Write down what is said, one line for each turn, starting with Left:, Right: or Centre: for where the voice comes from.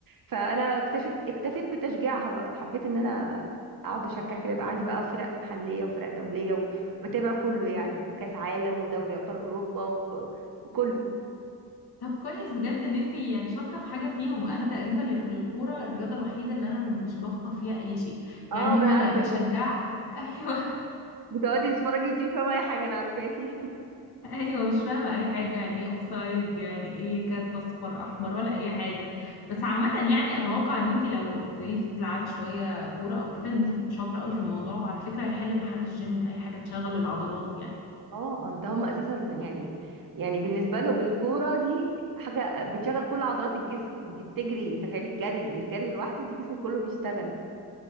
Right: فانا اكتفيت اكتفيت بتشجيعها بقى حبيت ان انا اقعد اشجع كده يبقى عندي بقى فرق محليه وفرق دوليه و- وبتابع كله يعني وكاس عالم ودوري ابطال اوروبا و... وكله
Left: طب كويس بجد ان انتي يعني شاطره في حاجه فيهم انا تقريبا الكوره الرياضه الوحيده اللي انا مش بفقه فيها اي شيء يعني
Right: اه ما
Left: ولا
Right: انا عارفه
Left: بشجع
Right: انت
Left: ايوه <laughs>
Right: بتقعدي تتفرجي وانت مش فاهمه اي حاجه انا عارفاكي
Left: ايوه مش فاهمه اي حاجه يعني ايه اوفسايد يعني ايه كارت اصفر احمر ولا اي حاجه بس عامه يعني اتوقع ان انتي لو ابتديتي تلعبي شويه كوره او كده ان انتي هتبقي شاطره قوي في الموضوع وعلى فكره هيحل محل الجيم اي حاجه تشغل العضلات يعني
Right: اه أنا- ده هم اساسا يعني يعني بالنسبه لهم الكوره دي حاجه بتشغل كل عضلات الجسم انت بتجري انت تخيلي الجري الجري لوحده انت جسمك كله بيشتغل